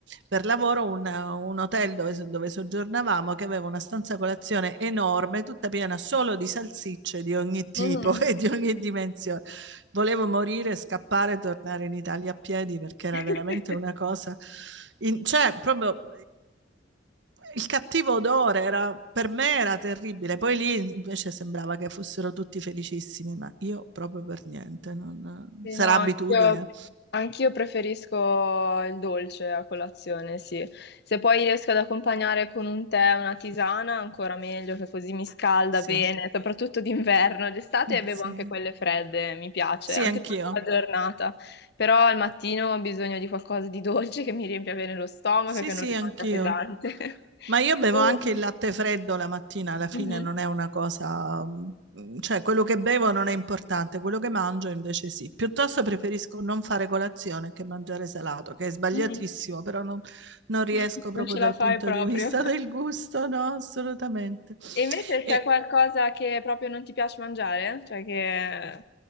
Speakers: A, on the right; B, on the left.
A: per lavoro, un, un hotel dove, so- dove soggiornavamo che aveva una stanza colazione enorme, tutta piena solo di salsicce di ogni tipo
B: Mm.
A: <laughs> e di ogni dimensione volevo morire, scappare e tornare in Italia a piedi perché era
B: <laughs>
A: veramente una cosa... in- cioè, proprio il cattivo odore era, per me era terribile. Poi lì invece sembrava che fossero tutti felicissimi, ma io proprio per niente. non-
B: Sì,
A: Sarà
B: No,
A: abitudine.
B: anch'io anch'io preferisco il dolce a colazione, sì. Se poi riesco ad accompagnare con un tè, una tisana, ancora meglio, che così mi scalda
A: Sì,
B: bene, soprattutto d'inverno. D'estate
A: <laughs>
B: bevo
A: sì.
B: anche quelle fredde, mi piace,
A: Sì,
B: anche
A: anch'io.
B: durante la giornata. Però al mattino ho bisogno di qualcosa di dolce che mi riempia bene lo stomaco
A: Sì,
B: e che
A: sì,
B: non rimanga
A: anch'io.
B: pesante. <laughs>
A: Ma io bevo
B: E-
A: anche il latte freddo la mattina, alla fine
B: Mhm,
A: non è una cosa, mm, cioè quello che bevo non è importante, quello che mangio invece sì. Piuttosto preferisco non fare colazione che mangiare salato, che è sbagliatissimo,
B: mhm.
A: però non, non riesco
B: <laughs>
A: proprio
B: Non ce
A: dal
B: la fai
A: punto
B: proprio.
A: di vista del gusto, no, assolutamente.
B: E invece
A: E
B: c'è qualcosa che proprio non ti piace mangiare? Cioè che